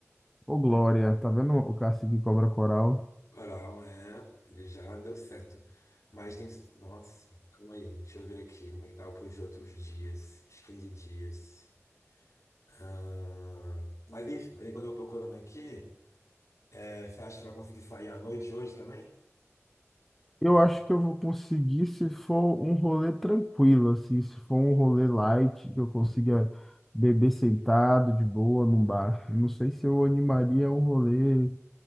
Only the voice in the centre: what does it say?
Ô, Glória, tá vendo o Cássio que cobra coral?
Eu
acho que eu vou conseguir se for um rolê tranquilo, assim, se for um rolê light, que eu consiga beber sentado, de boa, num bar. Não sei se eu animaria um rolê